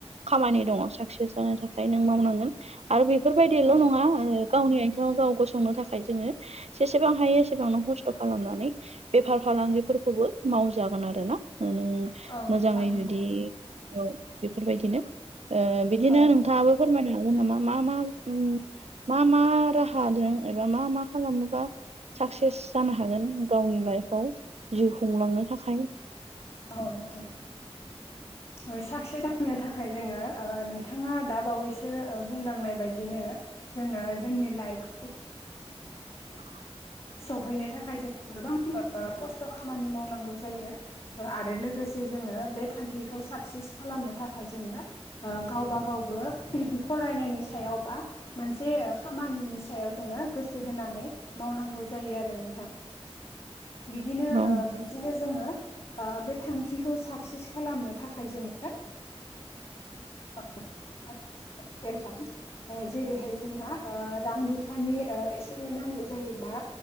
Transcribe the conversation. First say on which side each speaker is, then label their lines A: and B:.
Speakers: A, on the right; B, on the left.
A: खामानि दङ साक्सेस जानो थाखाय नों मावनांगोन आरो बेफोरबायदिल'
B: औ
A: नङा ओ गावनि आथिथिङाव गाव गसंनो थाखाय जोङो जेसेबां हायो एसेबां ननो खस्थ' खालामनानै बेफार फालांगिफोरखौबो मावजागोन आरो ना नों
B: औ नोंथां
A: मोजाङै
B: नंगौ
A: जुदि बेफोरबायदिनो ओ बिदिनो
B: औ
A: नोंथाङाबो फोरमायनो हागोन नामा मा मा उम मा मा राहादों एबा मा मा खालामोबा साक्सेस जानो हागोन गावनि लाइफआव जिउ खुंलांनो थाखाय
B: अ नोंथां ओ साक्सेस जानो थाखाय जोङो ओ नोंथाङा द बावैसो ओ बुंलांनाय बायदिनो जोङो जोंनि लाइफखौ
A: <inaudible>
B: सहैनो थाखाय जों गोबां खस्थ' खामानि मावनांगौ जायो। आरो लोगोसे जोङो बे थांखिखौ साक्सेस खालामनो थाखाय जोङो गावबा गावबो फरायनायनि सायावबा मोनसे खामानिनि सायाव जोङो गोसो होनानै मावनांगौ जायो आरो नोंथां बिदिनो
A: औ
B: ओ बिदिनो जोङो ओ बे थांखिखौ साक्सेस खालामनो थाखाय जोङो <unintelligible> जेरैहाय जोंहा ओ रां रुफानि ओ एसे एनै नांगौ जायोब्ला